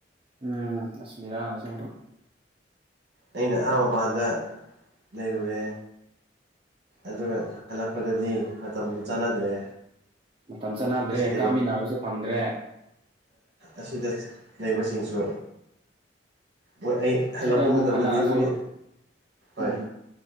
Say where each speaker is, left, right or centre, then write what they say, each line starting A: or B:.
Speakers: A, on the right; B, on the right.
A: ꯎꯝ ꯑꯁ ꯕꯦꯔꯥꯅꯦ ꯑꯁꯦꯡꯕ
B: ꯑꯩꯅ ꯑꯍꯥ ꯃꯄꯥꯟꯗ ꯂꯩꯔꯨꯔꯦ ꯑꯗꯨꯅ ꯍꯜꯂꯛꯄꯗꯗꯤ ꯃꯇꯝꯗꯨ ꯆꯥꯟꯅꯗ꯭ꯔꯦ
A: ꯃꯇꯝ ꯆꯥꯟꯅꯗ꯭ꯔꯦ
B: ꯑꯁꯤ ꯂꯩ
A: ꯀꯥꯃꯤꯟꯅꯕꯁꯨ ꯐꯪꯗ꯭ꯔꯦ
B: ꯑꯁꯤꯗ ꯂꯩꯕꯁꯤꯡꯁꯨ ꯃꯣꯏ ꯑꯩ ꯍꯜꯂꯛꯄ
A: ꯁꯤꯗ ꯑꯃꯨꯛ
B: ꯃꯇꯝꯗꯗꯤ
A: ꯍꯜꯂꯛꯑꯁꯨ
B: ꯃꯣꯏ ꯍꯣꯏ
A: ꯎꯝ